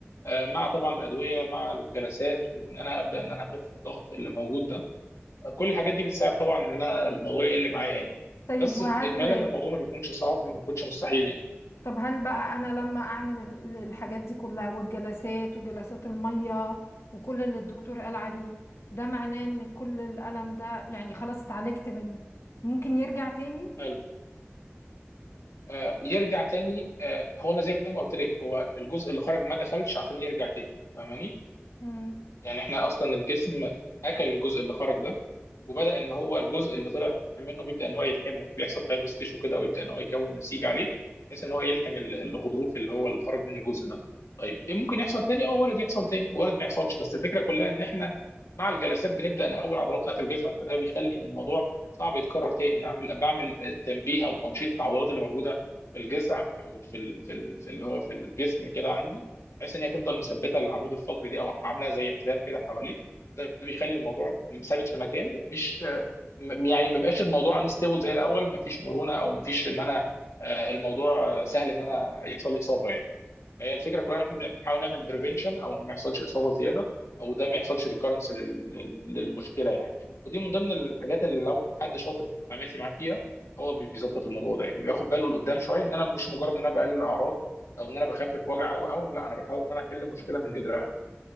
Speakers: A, on the left (about 85°); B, on the left (about 70°).
A: آه، مع طبعا الادويه مع الجلسات وان انا ابدا ان انا اخف الضغط اللي موجود ده كل الحاجات دي بتساعد طبعا ان انا الموضوع يقل معايا يعني
B: طيب
A: بس
B: وهل
A: في اجمالا الموضوع ما بيكونش صعب ما بيكونش مستحيل
B: طب هل بقى انا لما اعمل ال- الحاجات دي كلها والجلسات وجلسات المية وكل اللي الدكتور قال عليه ده معناه ان كل الالم ده يعني خلاص اتعالجت منه ممكن يرجع تاني
A: يعني آه، يرجع تاني آه، هو انا زي ما قلت لك هو الجزء اللي خرج ما دخلش عشان يرجع تاني فاهماني
B: مم.
A: يعني احنا اصلا الجسم اكل الجزء اللي خرج ده وبدا ان هو الجزء اللي طلع منه بيبدا ان هو يلحمه بيحصل فايبرس تيشو كده ويبدا ان هو يكون نسيج عليه بحيث ان هو يلحم ال- الغضروف اللي هو اللي خرج من الجزء ده طيب ايه ممكن يحصل تاني اه وارد يحصل تاني وارد ما يحصلش بس الفكره كلها ان احنا مع الجلسات بنبدا نقوي العضلات بتاعه الجسم فده بيخلي ان الموضوع صعب يتكرر تاني اعمل بعمل تنبيه او تنشيط للعضلات اللي موجوده في الجذع او في ال... في, ال... في اللي هو في الجسم كده عندي بحيث ان هي تفضل مثبته العمود الفقري دي او عامله زي حزام كده حواليه ده بيخلي الموضوع ثابت في مكانه مش م- يعني ما بيبقاش الموضوع انستيبل زي الاول ما فيش مرونه او ما فيش ان انا آه، الموضوع سهل ان انا يحصل لي اصابه يعني هي الفكره كلها ان احنا بنحاول نعمل بريفنشن او انه ما يحصلش اصابه زياده او ده ما يحصلش ريكارنس للمشكله يعني ودي من ضمن الحاجات اللي لو حد شاطر عملت معاه فيها هو بيظبط الموضوع ده يعني بياخد باله لقدام شويه ان انا مش مجرد ان انا بقلل اعراض او ان انا بخفف وجع او او لا انا بحاول ان انا احل مشكله من جذرها